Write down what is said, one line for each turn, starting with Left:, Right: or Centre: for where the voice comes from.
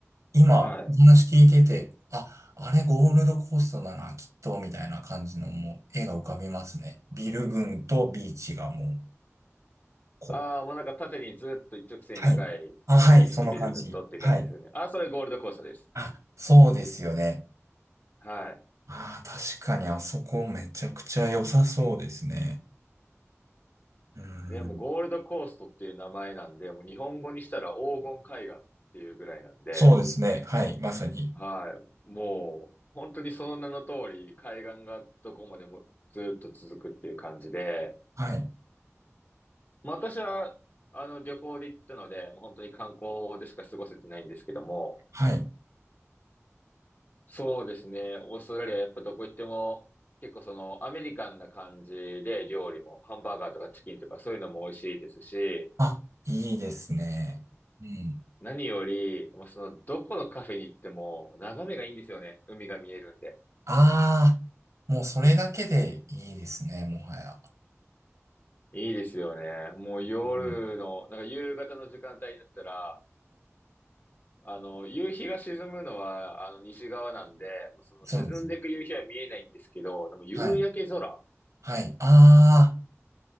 Right: 今、
Left: はい。
Right: お話聞いてて、あ、あれゴールドコーストだな、きっと、みたいな感じのもう絵が浮かびますね。ビル群とビーチがもう、こ、
Left: ああ、もうなんか縦にずっと一直線に長いビーチとビル群とっていう感じですよね。
Right: はい。あ、はい、その感じ。はい。
Left: ああ、それゴールドコーストです。
Right: あ、そうですよね。
Left: はい。
Right: ああ、確かにあそこめちゃくちゃ良さそうですね。うーん。
Left: でもゴールドコーストっていう名前なんで、もう日本語にしたら黄金海岸っていうぐらいなんで、
Right: そうですね。はい、まさに。
Left: はい。もう本当にその名の通り海岸がどこまでもずっと続くっていう感じで、
Right: はい。
Left: まあ私はあの旅行で行ったので、もう本当に観光でしか過ごせてないんですけども、
Right: はい。
Left: そうですね。オーストラリアやっぱどこ行っても結構そのアメリカンな感じで料理もハンバーガーとかチキンとかそういうのも美味しいですし、
Right: あ、いいですね。うん。
Left: 何より、まあ、そのどこのカフェに行っても眺めがいいんですよね。海が見えるんで。
Right: ああ、もうそれだけでいいですね、もはや。
Left: いいですよね。もう夜の、
Right: うん
Left: なんか夕方の時間帯になったら、あの、夕日が沈むのはあの西側なんで、もうその沈んでいく夕日は見えないんですけど、
Right: そうですね。
Left: でも夕焼け空
Right: はい。はい。あ